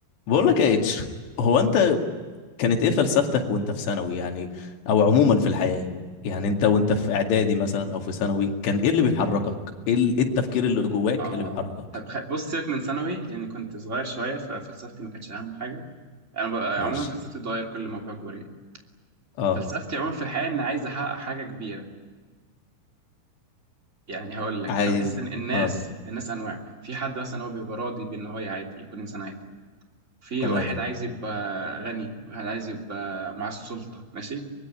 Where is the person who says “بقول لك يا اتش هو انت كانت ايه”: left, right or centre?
Left